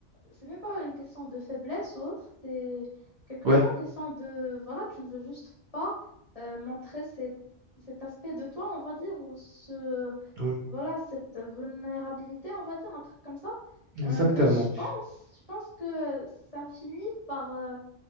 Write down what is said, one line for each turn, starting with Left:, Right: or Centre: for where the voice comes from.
Left: C'est même pas une question de faiblesse ou autre. C'est quelquefois
Right: Ouais.
Left: question de. Voilà, tu ne veux juste pas euh, montrer cet, cet aspect de toi, on va dire, ou ce
Right: Oui.
Left: voilà, cette vulnérabilité, on va dire un truc comme ça.
Right: Exactement.
Left: Euh, mais je pense, je pense que euh, ça finit par, euh,